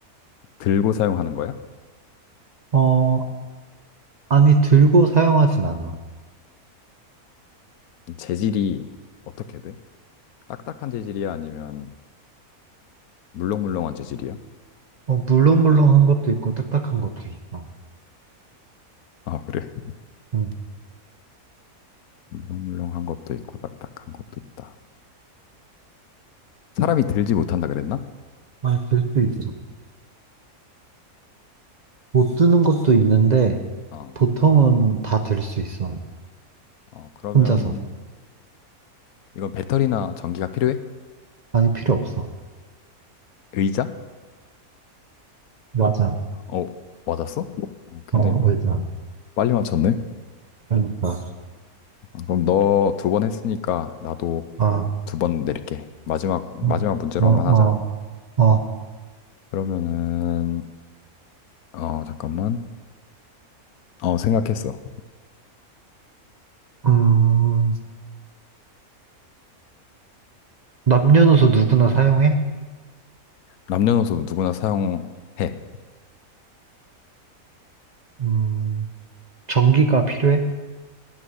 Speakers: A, on the left; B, on the right.
A: 들고 사용하는 거야?
B: 어, 아니, 들고 사용하진 않아.
A: 재질이 어떻게 돼? 딱딱한 재질이야? 아니면, 물렁물렁한 재질이야?
B: 어, 물렁물렁한 것도 있고 딱딱한 것도 있어.
A: 아, 그래. <laughs>
B: 응.
A: 물렁물렁한 것도 있고, 딱딱한 것도 있다. 사람이 들지 못한다 그랬나?
B: 아, 들 수 있어. 못 드는 것도 있는데
A: 어,
B: 보통은 다 들 수 있어.
A: 어, 그러면
B: 혼자서.
A: 이건 배터리나 전기가 필요해?
B: 많이 필요 없어.
A: 의자?
B: 맞아.
A: 어, 맞았어? 어, 굉장히
B: 어, 맞아.
A: 빠- 빨리 맞췄네.
B: 그러니까.
A: 어, 그럼 너 두 번 했으니까 나도
B: 아,
A: 두 번 내릴게. 마지막 마지막
B: 음.
A: 문제로
B: 어, 어,
A: 한번 하자.
B: 어.
A: 그러면은 어, 잠깐만. 어, 생각했어.
B: 음, 남녀노소 누구나 사용해?
A: 남녀노소 누구나 사용해.
B: 음, 전기가 필요해?